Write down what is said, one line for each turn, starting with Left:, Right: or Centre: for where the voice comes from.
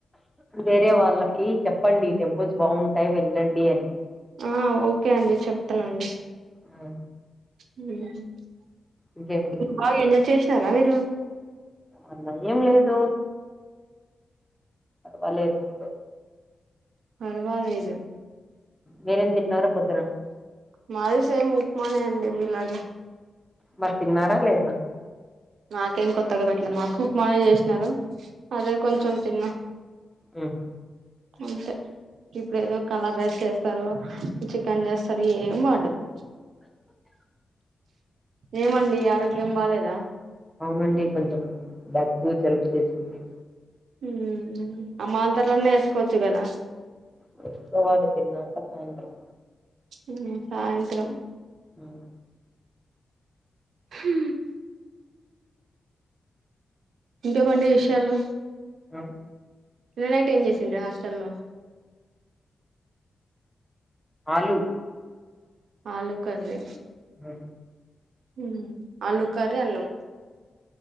Centre: వేరే వాళ్ళకి చెప్పండి టెంపుల్స్ బాగుంటాయి వెళ్ళండి అని
Right: ఆ ఓకే అండి చెప్తానండి
Centre: ఆ
Right: ఉమ్
Centre: ఇంకేమండి
Right: బాగా ఎంజాయ్ చేసినారా మీరు
Centre: అలా ఏం లేదు పర్వాలేదు ఇప్
Right: పర్వలేదు
Centre: మిరెమ్ తిన్నారు పొద్దున
Right: మాది సేమ్ ఉప్మానెండి మీలాగే
Centre: మల్ తిన్నారా లేదా
Right: నాకేం కొత్తగా పెట్టలే మాకు ఉక్మనే చేసినారు అదే కొంచెం తిన్నా
Centre: ఉమ్
Right: అంతే ఇప్పుడు ఏదో కలర్ రైస్ చేస్తారు చికెన్ చేస్తారు ఏమి బాగుండదు ఏమండి ఆరోగ్యం బాలేదా
Centre: అవునండి కొంచెం దగ్గు జలుబు చేసింది
Right: ఉహు అ మాతర్లన్నీ వేసుకోవచ్చుకదా
Centre: వొచ్చేవాళ్ళు తన్నాకా సాయంత్రం
Right: ఉ సాయంత్రం
Centre: ఉమ్,
Right: హు ఇంకేమండి
Centre: చెప్పండి.
Right: విషయాలు
Centre: ఉమ్,
Right: నిన్ననైట్ ఏంచేసిండ్రు హాస్టల్లో
Centre: ఆలు
Right: ఆలు కర్రి
Centre: ఉ
Right: ఉ ఆలు కర్రి అన్నం